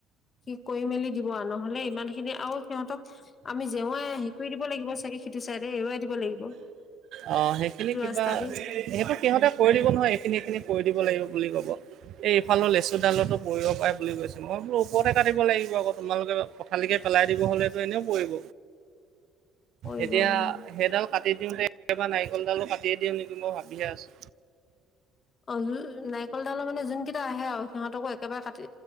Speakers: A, on the left; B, on the right.
A: সি কৰি মেলি দিব আৰু নহলে ইমান খিনি আৰু সিহঁতক আমি জেওৱাই হে কৰি দিব লাগিব চাগে সিটো চাইডে এৰুৱাই দিব লাগিব। সেতু
B: অ সেইখিনি কিবা
A: ৰাস্তা দি
B: সেইটো সিহঁতে কৰি দিব নহয় এইখিনি এইখিনি কৰি দিব লাগে। বুলি কব এই ইফালৰ লেচু ডালতো পৰিব পাৰে বুলি কৈছে মই বোলো ওপৰতে কাটিব লাগিব আকৌ তোমালোকে পঠালিকে পেলাই দিব হলেতো এনেও পৰিব।
A: কৰিব
B: এতিয়া
A: উম
B: সেইডাল কাটি। দিওঁ এবাৰ নাৰিকল ডালো কাটিয়ে দিওঁ নেকি? মই ভাবিহে আছোঁ।
A: অয়োই নাৰিকল ডাল মানে যোন কেইটা আহে আৰু। সিহঁতকো একেবাৰে কাটি